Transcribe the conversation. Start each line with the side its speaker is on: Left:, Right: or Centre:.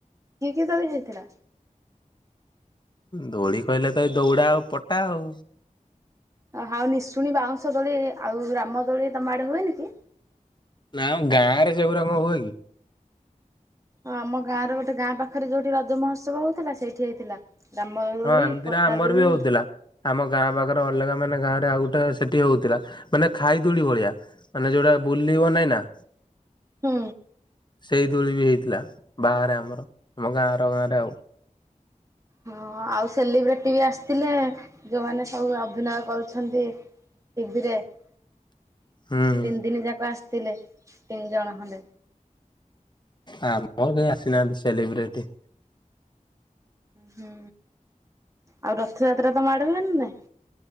Right: କି କି ଦୋଳି ହେଇଥିଲା?
Left: ଦୋଳି କଇଲେ ତ ଏଇ ଦୌଡା ଆଉ ପଟା ଆଉ।
Right: ଅ ହାଉ ନିଶୁଣି ବାଉଁଶ ଦୋଳି ଆଉ ରାମଦୋଳି ତମ ଆଡେ ହୁଏନି କି?
Left: ନାଁମ ଗାଁରେ ସେଗୁରା କଣ୍ ହୁଏ କି?
Right: ଆଉ ଆମ ଗାଁ ର ଗୋଟେ ଗାଁ ପାଖରେ ଯୋଉଠି ରଜ ମହୋତ୍ସବ ହଉଥିଲା ସେଇଠି ହେଇଥିଲା। ରାମ ଦୋଳି
Left: ହଁ ଏମିତିରେ
Right: ପଟା
Left: ଆମର
Right: ଦୋଳି।
Left: ବି ହଉଥିଲା। ଆମ ଗାଁ ପାଖରେ ଅଲଗା ମାନେ ଗାଁରେ ଆଉ ଗୋଟେ ସେଠି ହଉଥିଲା ମାନେ ଖାଇ ଦୋଳି ଭଳିଆ। ମାନେ ଯୋଉଟା ବୁଲିବ ନାଇଁ ନାଁ।
Right: ହୁଁ।
Left: ସେଇ ଦୋଳି ବି ହେଇଥିଲା ବାହାରେ ଆମର ଆମ ଗାଁ ଆର ଗାଁରେ ଆଉ।
Right: ହଁ ଆଉ ସେଲିବ୍ରେଟି ବି ଆସଥିଲେ ଯୋଉମାନେ ସବୁ ଅଭିନୟ କରୁଛନ୍ତି। ଟିଭିରେ ତିନି
Left: ହୁଁ ହୁଁ
Right: ଦିନ ଯାକ ଆସିଥିଲେ ତିନି ଜଣ ଖଣ୍ଡେ।
Left: ଆମର କେହି ଆସିନାହାନ୍ତି ସେଲିବ୍ରେଟି।
Right: ହୁଁ, ଆଉ ରଥଯାତ୍ରା ତମ ଆଡେ ହୁଏ ନାଁ ନାଇଁ।